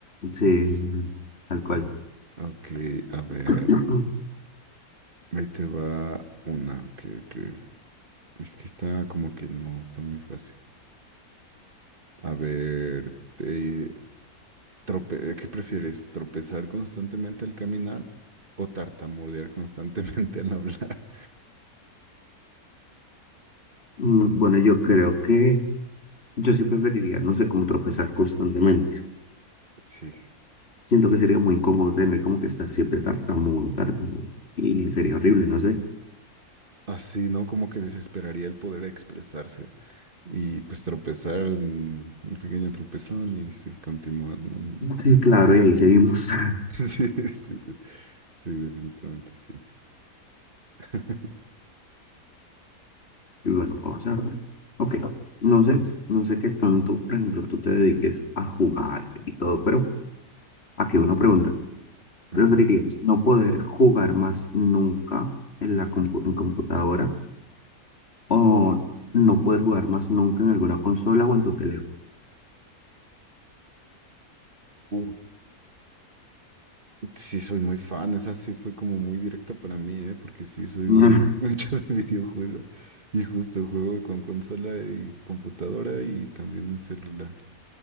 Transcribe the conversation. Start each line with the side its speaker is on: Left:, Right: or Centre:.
Left: Sí, Ujú. tal cual.
Right: Ok, a ver,
Left: <clears throat>
Right: ahí te va una, ok, ok. Es que está como que no, está muy fácil. A ver, te, trope- ¿qué prefieres? ¿Tropezar constantemente al caminar o tartamudear constantemente al hablar?
Left: Mm, Bueno, yo creo que yo sí preferiría, no sé, cómo tropezar constantemente.
Right: <laughs> Sí.
Left: Siento que sería muy incómodo tener como que estar siempre tartamudo, tartamudo. Y sería horrible, no sé.
Right: Así, ¿no? Como que desesperaría el poder expresarse y pues tropezar, mm, un pequeño tropezón y se continúa, ¿no? Y ya.
Left: Sí, claro, y ahí seguimos. <laughs>
Right: <laughs> Sí, sí, sí, sí, definitivamente sí. <laughs>
Left: Y bueno, vamos a ver. Ok, no sé, no sé qué tanto, por ejemplo, tú te dediques a jugar y todo, pero aquí una pregunta. ¿Preferirías
Right: Okay.
Left: no poder jugar más nunca en la compu- en computadora o no poder jugar más nunca en alguna consola o en tu teléfono?
Right: Uh, sí, soy muy fan, esa sí fue como muy directa para mí, ¿eh? Porque sí, soy
Left: Mm,
Right: muy
Left: <laughs>
Right: <laughs> mucho de videojuegos y justo juego con consola y computadora y también el celular.